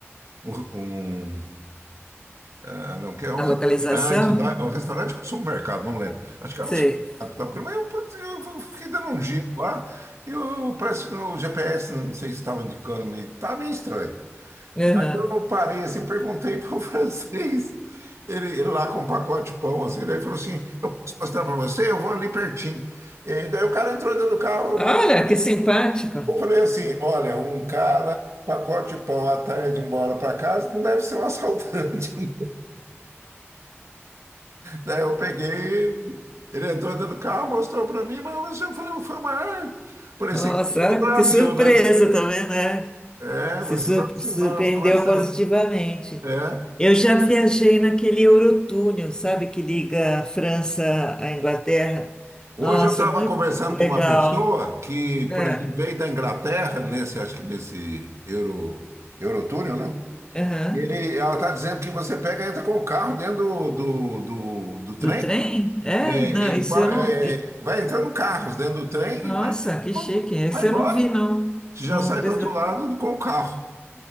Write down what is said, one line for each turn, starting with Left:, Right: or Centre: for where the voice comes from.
Right: um, um, ah, não, que é um
Left: A
Right: restaurante,
Left: localização?
Right: lá, é um restaurante ou supermercado, não lembro. Acho que era
Left: Sei.
Right: um supermercado, que tava procurando, mas eu, eu fiquei dando um giro lá e eu, parece que o GPS, não sei se estava indicando, meio- tava meio estranho.
Left: Aham.
Right: Aí eu parei assim, perguntei para o <laughs> francês, ele, ele lá com um pacote de pão, assim, daí falou assim, eu posso mostrar para você? Eu vou ali pertinho. E daí o cara entrou dentro do carro,
Left: Olha, que simpático.
Right: eu falei assim, olha, um cara, pacote de pão à tarde embora para casa, não deve ser um assaltante. <laughs> Daí eu peguei, ele entrou dentro do carro, mostrou para mim, mas eu falei, foi uma arma. Parecia
Left: Nossa,
Right: que foi de
Left: olha
Right: Brasil,
Left: que surpresa
Right: né?
Left: também, né?
Right: É,
Left: Se
Right: você
Left: sur-
Right: fala assim,
Left: surpreendeu
Right: nossa, não é certo.
Left: positivamente.
Right: É.
Left: Eu já viajei naquele Eurotúnel, sabe, que liga a França à Inglaterra.
Right: Hoje
Left: Nossa,
Right: eu estava
Left: muito
Right: conversando com
Left: legal.
Right: uma pessoa que, por
Left: É.
Right: exemplo, veio da Inglaterra, nesse, acho que nesse Euro, Eurotúnel, não?
Left: aham.
Right: Ele, ela está dizendo que você pega e entra com o carro dentro do, do, do, do trem,
Left: Do trem? É?
Right: é,
Left: Não,
Right: em-
Left: isso
Right: par-
Left: eu não.
Right: é,
Left: e-
Right: vai entrando carros dentro do trem
Left: Nossa,
Right: e vai
Left: que chique. Esse
Right: vai embora.
Left: eu não vi, não.
Right: Você já
Left: Não
Right: sai
Left: precisa.
Right: do outro lado com o carro.